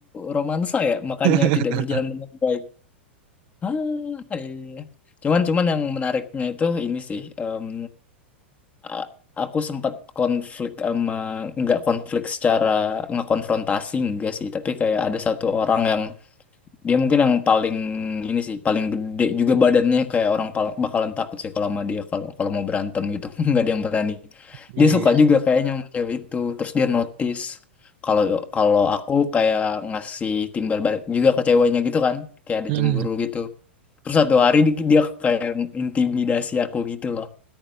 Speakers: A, on the left; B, on the right.
A: romansa ya, makanya
B: <laughs>
A: tidak berjalan dengan baik. Ah, iya. Cuman cuman yang menariknya itu ini sih. em, a- aku sempat konflik sama nggak konflik secara nggak konfrontasi enggak sih, tapi kayak ada satu orang yang Dia mungkin yang paling ini sih, paling gede juga badannya kayak orang pal- bakalan takut sih kalau sama dia kalau kalau mau berantem gitu. <laughs> Nggak ada yang berani.
B: Iya
A: Dia suka
B: ya.
A: juga kayaknya sama cewek itu. Terus dia notice kalau kalau aku kayak ngasih timbal balik juga ke ceweknya gitu kan, kayak ada
B: Hmm.
A: cemburu gitu. Terus satu hari di- dia kayak intimidasi aku gitu loh